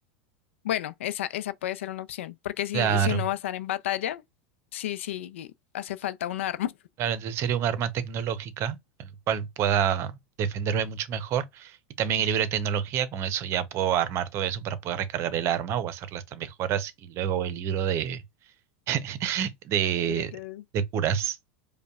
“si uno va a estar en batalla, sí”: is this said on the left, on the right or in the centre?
Left